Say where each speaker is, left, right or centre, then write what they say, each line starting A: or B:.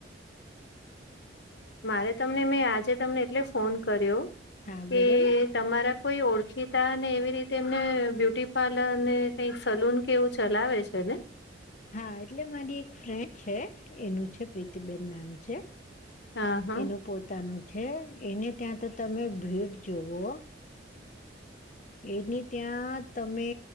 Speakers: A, on the left; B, on the left.
A: મારે તમને મેં આજે તમને એટલે ફોન કર્યો,
B: હા
A: કે
B: બોલો ને
A: તમારા કોઈ ઓળખીતા ને એવી રીતે એમને બ્યુટી પાર્લર ને કઈક સલૂન કેવું ચલાવે છે ને?
B: હા એટલે મારી એક ફ્રેન્ડ છે એનું છે પ્રીતિબેન નામ છે.
A: હા હા
B: એનું પોતાનું છે એને ત્યાં તો તમે ભીડ જોવો. એની ત્યાં તમે